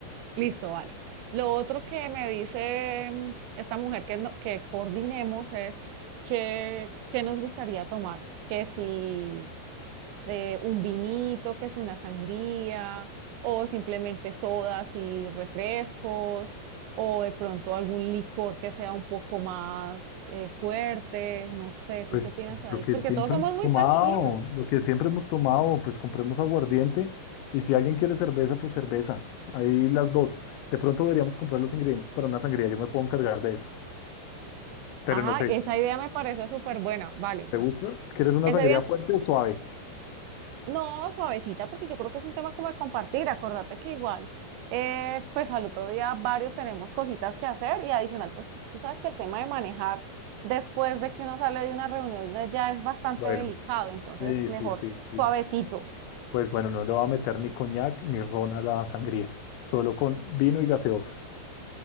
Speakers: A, on the right; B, on the left.
A: listo, vale. Lo otro que me dice mm, esta mujer que, no- que coordinemos es que, qué nos gustaría tomar, que si eh, un vinito, que si una sangría, o simplemente sodas y refrescos, o de pronto algún licor que sea un poco más eh, fuerte, no sé, ¿tú
B: Pues
A: qué opinas ahí?
B: lo que
A: Porque
B: siempre
A: todos somos
B: hemos
A: muy
B: tomado,
A: tranquilos.
B: lo que siempre hemos tomado, pues compremos aguardiente y si alguien quiere cerveza, pues cerveza. Ahí las dos. De pronto deberíamos comprar los ingredientes para una sangría, yo me puedo encargar de eso. Pero
A: Ajá,
B: no sé,
A: esa idea me parece súper buena, vale.
B: ¿te gusta? ¿Quieres una
A: Ese
B: sangría
A: día
B: fuerte o suave?
A: No, suavecita, porque yo creo que es un tema como de compartir. Acordate que igual, eh, pues al otro día varios tenemos cositas que hacer y adicional, pues tú sabes que el tema de manejar después de que uno sale de una reunión ya ya es bastante
B: Bueno.
A: delicado, entonces
B: Sí,
A: mejor
B: sí, sí,
A: suavecito,
B: sí. Pues bueno, no le va a meter ni coñac ni ron a la sangría, solo con vino y gaseosa